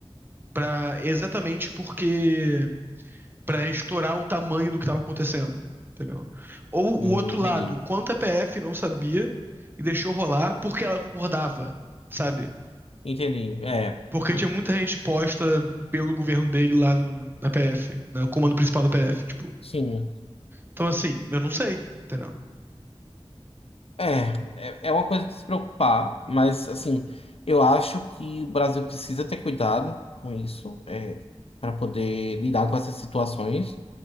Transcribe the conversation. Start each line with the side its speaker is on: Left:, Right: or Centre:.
Right: Pra, exatamente porque. Pra estourar o tamanho do que estava acontecendo, entendeu? Ou
Left: Hum,
Right: o outro
Left: entendi.
Right: lado, o quanto a PF não sabia e deixou rolar porque ela concordava, sabe?
Left: Entendi. É,
Right: Porque tinha muita gente posta pelo governo dele lá no, na PF, no comando principal da PF, tipo.
Left: sim.
Right: Então, assim, eu não sei, entendeu?
Left: É, é, é uma coisa de se preocupar, mas assim, eu acho que o Brasil precisa ter cuidado com isso, é, para poder lidar com essas situações.